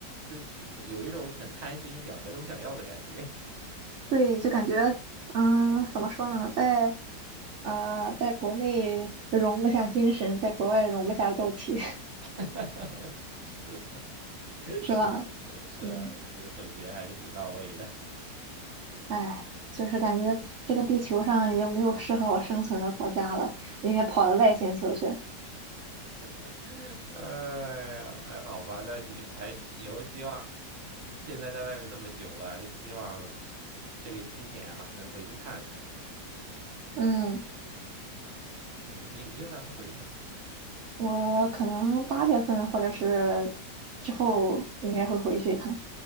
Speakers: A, on the right; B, on the right.
A: 就这个有一种很贪心，两个都想要的感觉。
B: 对，就感觉，嗯，怎么说呢，在呃，在国内容不下精神，在国外容不下肉体，
A: <laughs> 是
B: <laughs> 是吧？
A: 是是是是是啊，
B: 嗯，
A: 你这个总结还是挺到位的。
B: 哎，就是感觉这个地球上已经没有适合我生存的国家了，我应该跑到外星球去。
A: <laughs> 哎呀，还好吧，但也还以后希望现在在外面这么久了，还是希望这个今年吧能回去看看。
B: 嗯。
A: 嗯，你你有打算回去吗？
B: 我可能八月份或者是之后应该会回去一趟。